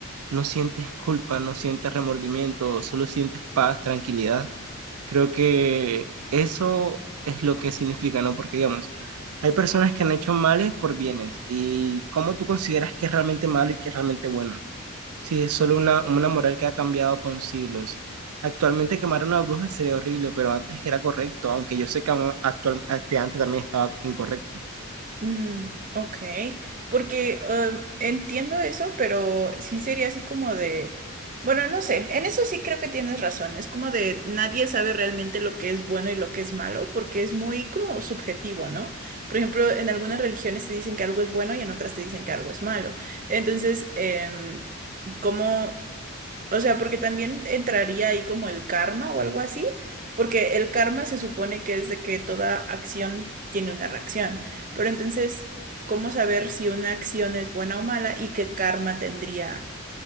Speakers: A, on the right; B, on the right.
A: no sientes culpa, no sientes remordimiento, solo sientes paz, tranquilidad. Creo que eso es lo que significa, ¿no? Porque, digamos, hay personas que han hecho males por bienes. ¿Y cómo tú consideras que es realmente malo y que es realmente bueno? Sí, es solo una, una moral que ha cambiado con siglos. Actualmente quemar a una bruja sería horrible, pero antes era correcto, aunque yo sé que aún actual, este, antes también estaba incorrecto.
B: Mm, ok, porque um, entiendo eso, pero sí sería así como de, bueno, no sé, en eso sí creo que tienes razón, es como de nadie sabe realmente lo que es bueno y lo que es malo, porque es muy como subjetivo, ¿no? Por ejemplo, en algunas religiones te dicen que algo es bueno y en otras te dicen que algo es malo. Entonces, em, ¿cómo... O sea, porque también entraría ahí como el karma o algo así, porque el karma se supone que es de que toda acción tiene una reacción. Pero entonces, ¿cómo saber si una acción es buena o mala y qué karma tendría